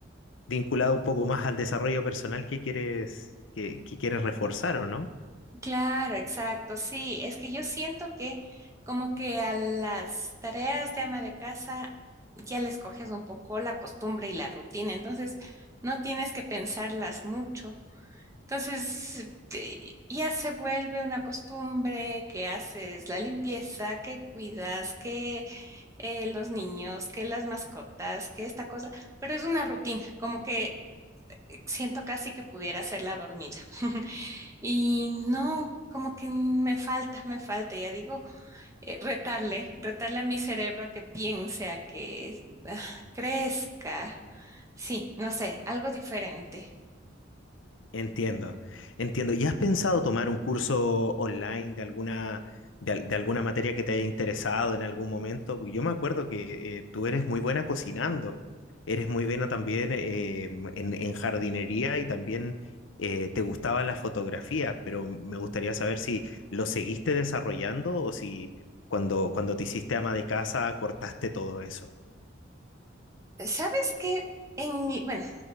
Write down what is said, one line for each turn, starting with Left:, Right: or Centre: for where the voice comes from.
Left: vinculado un poco más al desarrollo personal que quieres, que, que quieres reforzar, ¿o no?
Right: Claro, exacto. Sí, es que yo siento que como que a las tareas de ama de casa ya les coges un poco la costumbre y la rutina, entonces no tienes que pensarlas mucho. Entonces, te- ya se vuelve una costumbre que haces la limpieza, que cuidas, que eh, los niños, que las mascotas, que esta cosa, pero es una rutina, como que siento casi que pudiera hacerla dormida. Y no, como que me falta, me falta, ya digo, eh, retarle, retarle a mi cerebro a que piense, a que ah, crezca. Sí, no sé, algo diferente.
Left: Entiendo, entiendo. ¿Y has pensado tomar un curso online de alguna, de, al- de alguna materia que te haya interesado en algún momento? Porque Yo me acuerdo que eh, tú eres muy buena cocinando, eres muy buena también eh, en, en jardinería y también eh, te gustaba la fotografía, pero me gustaría saber si lo seguiste desarrollando o si cuando, cuando te hiciste ama de casa cortaste todo eso.
Right: ¿Sabes qué? En mi- bueno,